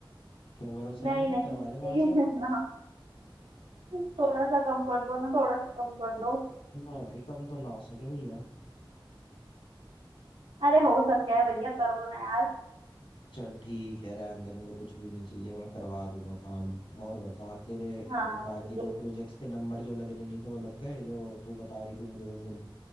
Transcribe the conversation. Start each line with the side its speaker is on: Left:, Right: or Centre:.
Left: क्यों भरोसा
Right: नहीं
Left: नहीं है
Right: नहीं
Left: करवा
Right: प्लीज
Left: ले बाहर से
Right: ना थोड़ा सा कम कर दो ना थोड़ा सा कम कर दो
Left: ना भाई कम तो ना हो सके भैया
Right: अरे हो सके है भैया कर दो ना यार
Left: चल ठीक है रहने दे मुझे कुछ भी नहीं चाहिए मैं करवा दूंगा काम और बता तेरे
Right: हाँ
Left: और बाकी
Right: जो-
Left: जो प्रोजेक्ट्स के नंबर जो लगने नहीं थे वो लग गए जो तू बता रही थी मुझे उस दिन